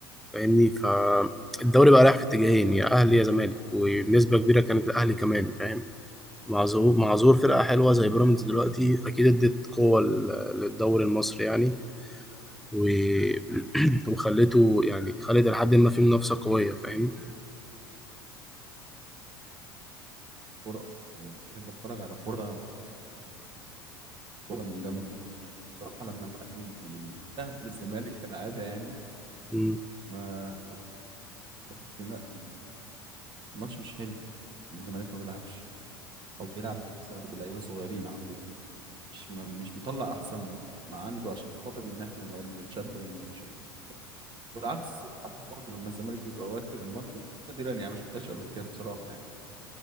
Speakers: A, in the centre; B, on the right (about 40°).
A: فاهمني فالدوري بقى رايح في اتجاهين يا اهلي يا زمالك وبنسبه كبيره كانت الاهلي كمان فاهم مع ظهور مع ظهور فرقه حلوه زي بيراميدز دلوقتي اكيد ادت قوه لل- للدوري المصري يعني و... <clears throat> وخليته يعني خلت لحد ما في منافسة قوية فاهم؟
B: كوره بحب اتفرج على كوره كوره من جنب بصراحه لما الاهلي بيبهدل الزمالك كالعاده يعني
A: مم.
B: ما بحس إن لا الماتش مش حلو الزمالك ما بيلعبش او بيلعب مثلا بلعيبه صغيرين عنده مش ما مش مطلع احسن ما عنده عشان خاطر ان احنا نقعد نتشد للماتش يعني والعكس برضه لما الزمالك بيبقى واكل الماتش بس نادرا يعني ما شفتهاش قبل كده بصراحه يعني